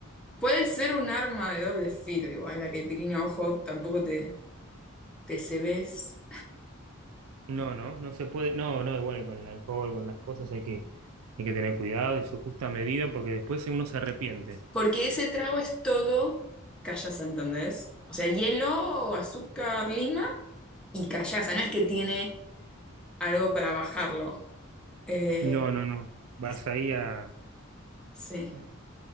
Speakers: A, in the centre; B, on the right (about 90°).
A: Puede ser un arma de doble filo, igual la caipirinha, ojo, tampoco te, TCBs,
B: No, no, no se puede, no, no, igual con el alcohol, con las cosas hay que, hay que tener cuidado y su justa medida porque después uno se arrepiente.
A: porque ese trago es todo callaza, ¿entendés? O sea, hielo, azúcar, lima y callaza, no es que tiene algo para bajarlo. Eh,
B: No, no, no, vas
A: es-
B: ahí a,
A: sí.
B: eh,